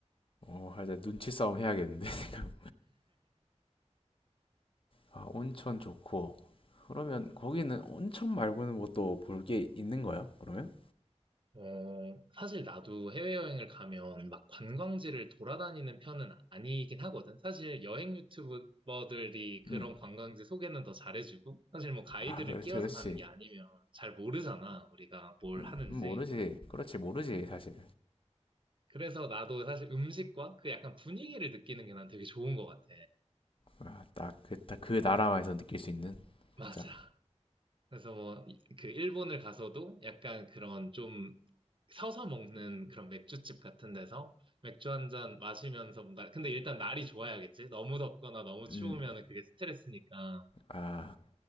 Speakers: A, on the left; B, on the right.
A: 어, 하자 눈치 싸움 해야겠는데 <laughs> 지금. 아, 온천 좋고. 그러면
B: 음.
A: 거기는 온천 말고는 뭐 또 볼 게 있는 거야? 그러면?
B: 어, 사실 나도 해외여행을 가면 막 관광지를 돌아다니는 편은 아니긴 하거든. 사실 여행 유튜버들이 그런
A: 음,
B: 관광지 소개는 더 잘해주고, 사실 뭐 가이드를
A: 아, 그렇지,
B: 끼워서
A: 그렇지.
B: 가는 게 아니면 잘 모르잖아, 우리가 뭘 하는지.
A: 음, 모르지, 그렇지, 모르지 사실.
B: 그래서 나도 사실 음식과 그 약간 분위기를 느끼는 게 난 되게 좋은 것 같아.
A: 아, 딱 그, 딱 그 나라만에서 느낄 수 있는,
B: 맞아.
A: 진짜.
B: 그래서 뭐, 이- 그 일본을 가서도 약간 그런 좀 서서 먹는 그런 맥주집 같은 데서 맥주 한 잔 마시면서 뭔가, 근데 일단 날이 좋아야겠지? 너무 덥거나 너무 추우면
A: 음,
B: 그게 스트레스니까.
A: 아,